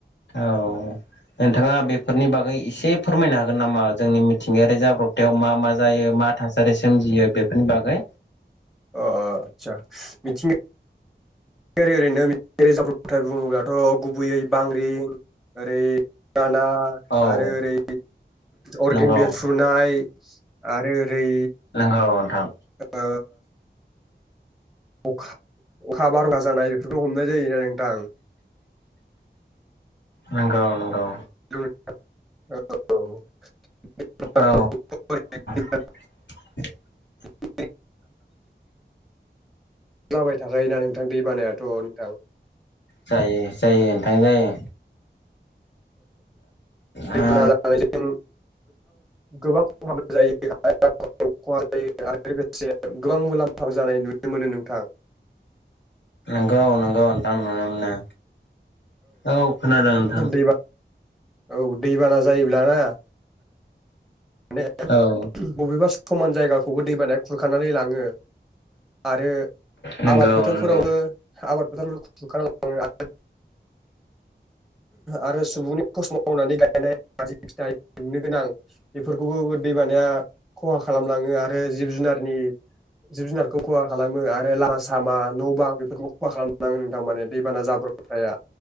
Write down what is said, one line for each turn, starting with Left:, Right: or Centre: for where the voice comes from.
Left: औ नोंथाङा बेफोरनि बागै एसे फोरमायनो हागोन नामा जोंनि मिथिंगायारि जाब्रब थायाव मा मा जायो मा थासारि सोमजियो बेफोरनि बागै
Centre: अ आदसा मिथिं गायारि ओरैनोै मिथिंगारि जाब्रबथाय बुङोब्लाथ' गुबैयै बांग्रिं ओरै राना
Left: औ
Centre: आरो ओरै अर्गें
Left: नंगौ
Centre: बेरफ्रु नाय आरो ओरै
Left: नोंगौ नोंथां।
Centre: ओ अखा अखा बारखा जानाय बेफोरखौ हमनाय जायोना नोंथां।
Left: नंगौ नंगौ।
Centre: <unintelligible>
Left: औ <inaudible>
Centre: <unintelligible> जबाय थाखायोना नोंथां दै बानायाथ' नोंथां
Left: जायो जायो नोथां जायो
Centre: दैबाना
Left: हा
Centre: जानायजों गोबां खहा जायो <unintelligible> आरो लोगोसे गोबां मुलाम्फा जानाय नुनो मोनो नोंथां।
Left: नंगौ नंगौ नोंथां नुनो मोनो औ खोनादों नोंथां
Centre: दैबा औ दैबाना जायोब्लाना माने
Left: औ
Centre: बबेबा समान जायगाखौबो दै बानाया खुरखानानै लाङो। आरो
Left: नंगौ
Centre: आबाद फोथारफोरावबो
Left: नंगौ
Centre: आबाद फोथार खुरखानानै लाङो आरो आरो सुबुंनि खस्म' मावनानै गायनाय जि फिथाइ मोननो गोनां बेफोरखौबो दैबानाया खहा खालामलाङो आरो जिब-जुनारनि जिब-जुनारखौ खहा खालामो आरो लामा सामा न' बां बेफोरखौ खहा खालाम जोबलाङो नोंथां माने दैबाना जाब्रब थाया